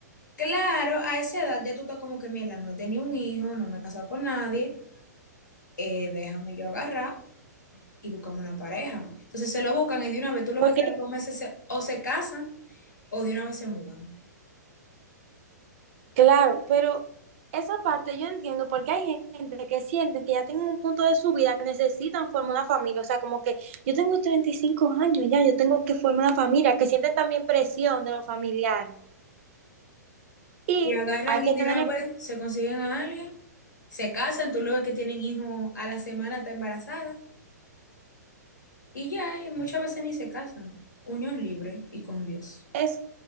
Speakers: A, on the left (about 80°); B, on the right (about 45°).
A: Claro, a esa edad ya tú estás como que, mierda, no he tenido un hijo, no me he casado con nadie, eh, déjame yo agarrar y buscamos una pareja. Entonces se lo buscan y de una vez tú lo
B: porque
A: ves que a los dos meses se- o se casan o de una vez se mudan.
B: Claro, pero esa parte yo entiendo porque hay gente que sienten que ya tienen un punto de su vida que necesitan formar una familia, o sea, como que yo tengo 35 años ya, yo tengo que formar una familia, que sienten también presión de los familiares. Y
A: Y agarran
B: hay que
A: y de
B: tener
A: una vez se consiguen a alguien, se casan, tú lo ves que tienen hijos a la semana, está embarazada, y ya, y muchas veces ni se casan. Unión libre y con Dios.
B: Es